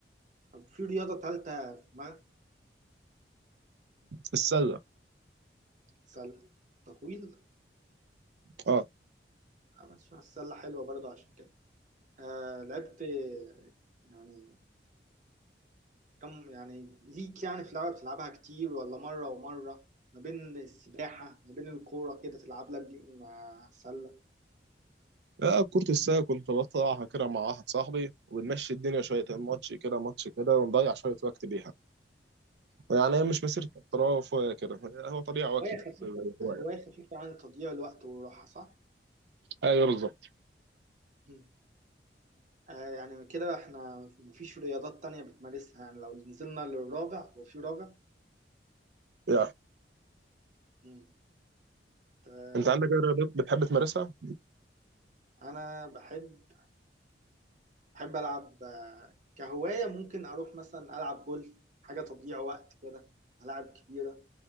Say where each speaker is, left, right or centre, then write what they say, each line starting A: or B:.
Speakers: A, on the right; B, on the right.
A: طب في رياضة تالتة في دماغك
B: السلة
A: سلة تطويل
B: اه
A: عملتش مع السلة حلوة برضو عشان كده آه لعبت يعني كم يعني ليك يعني في لعبة بتلعبها كتير ولا مرة ومرة ما بين السباحة ما بين الكورة كده تلعب لك جيم مع سلة
B: لا كرة السلة كنت بطلعها كده مع واحد صاحبي وبنمشي الدنيا شوية ماتش كده ماتش كده ونضيع شوية وقت بيها يعني هي
A: مم.
B: مش مسيرة احتراف ولا كده هو طليع واكل
A: هواية خفيفة
B: بس هواية
A: هواية خفيفة عن تضييع الوقت والراحة صح؟
B: ايوه بالظبط
A: مم. آه يعني كده احنا مفيش رياضات تانية بتمارسها يعني لو نزلنا للرابع هو في رابع
B: يعني
A: مم. آه،
B: انت عندك اي رياضات بتحب تمارسها؟
A: أنا بحب بحب ألعب آه، كهواية ممكن أروح مثلا ألعب جولف حاجة تضييع وقت كده ملاعب كبيرة